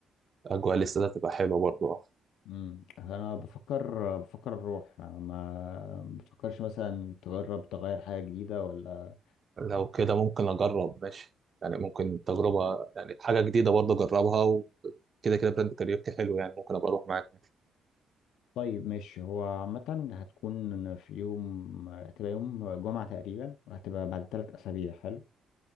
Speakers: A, on the right; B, on the left.
A: اجواء الاستاد تبقى حلوه برضو اه
B: امم أنا بفكر بفكر أروح ما بتفكرش مثلا تجرب تغير حاجة جديدة ولا
A: لو كده ممكن اجرب ماشي يعني ممكن تجربه يعني حاجه جديده برضو اجربها وكده كده براند كاريوكي حلو يعني ممكن ابقى اروح معاك ماشي
B: طيب ماشي هو عامة هتكون في يوم هتبقى يوم جمعة تقريبا وهتبقى بعد تلات أسابيع حلو